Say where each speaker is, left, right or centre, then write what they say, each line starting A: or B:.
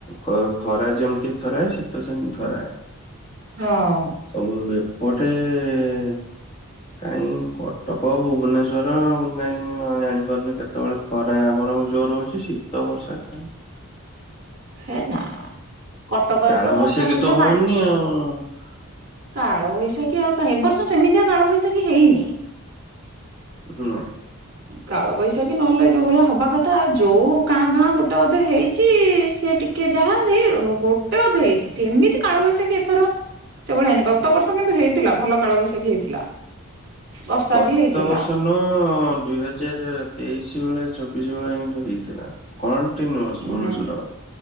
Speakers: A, on the left; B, on the right.
A: ଖ-ଖରା ଯେମିତି ଥରାଏ। ଶୀତ ସେମିତି ଥରାଏ।
B: ହଁ।
A: ଆଉ ଏପଟେ-ଏଁ କାଇଁ, କଟକ, ଭୁବନେଶ୍ଵର କାଇଁ, ଜାଣିପାରୁନି କେତେବେଳେ ଖରା ବରଂ ଜୋର୍ ହଉଛି। ଶୀତ, ବର୍ଷା କାଇଁ?
B: ହେ ନା କଟକରେ
A: କାଳବୈଶାଖୀ
B: ତ ବର୍ଷା ହେଲେ
A: ତ ହଉନି ଆଉ-ଉଁ।
B: କାଳବୈଶାଖୀ ଆଉ କାଇଁ! ଏ ବର୍ଷ ସେମିତିଆ କାଳବୈଶାଖୀ ହେଇନି।
A: ଉ, ନା।
B: <inaudible> କାଳବୈଶାଖି ନହେଲେ ଯୋଉ ଭଳିଆ ହବା କଥା, ଯୋଉ କାଁ ଭାଁ ଗୋଟେ ଅଧେ ହେଇଛି-ଇ ସିଏ ଟିକ୍ କେ ଯାହା ସେଇ ଗୋଟେ ଅଧେ ହେଇଚି। ସେମିତି କାଳବୈଶାଖୀ ଏଥର ସେଭଳିଆ ହେଇନି। ଗତ ବର୍ଷ କିନ୍ତୁ, ହେଇଥିଲା। ଭଲ କାଳ ବୈଶାଖୀ ହେଇଥିଲା। ବର୍ଷା
A: ଗତ
B: ବି ହେଇଥିଲା
A: ବର୍ଷ ନୁଉଁ-ଉଁ ଦୁଇ ହଜାର ତେଇଶି ବେଳେ, ଚବିଶ ବେଳେ କିନ୍ତୁ ହେଇଥିଲା କଣ? ତିନି ମାସ
B: ହୁଁ
A: ମନେସର,